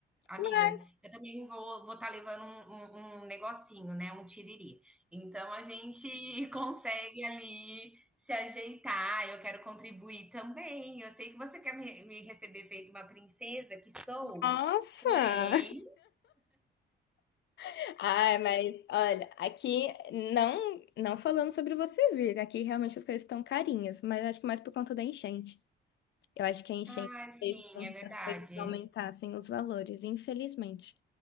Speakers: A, in the centre; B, on the left.
A: amiga,
B: Vai.
A: eu também vou vou estar levando um um um negocinho, né, um tiriri. Então a gente <laughs> consegue ali se ajeitar, eu quero contribuir também, eu sei que você quer me me receber feito uma princesa que sou,
B: Nossa!
A: porém
B: <laughs> Ai, mas olha, aqui não não falando sobre você vir, aqui realmente as coisas estão carinhas, mas acho que mais por conta da enchente. Eu acho que a enchente
A: Ah, sim,
B: fez com
A: é verdade.
B: que as coisas aumentassem os valores, infelizmente.